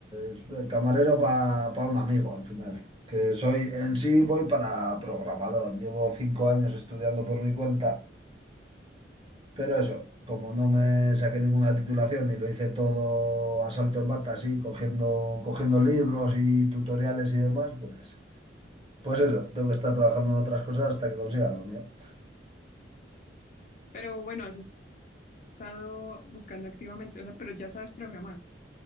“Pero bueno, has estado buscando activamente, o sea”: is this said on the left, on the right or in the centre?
Left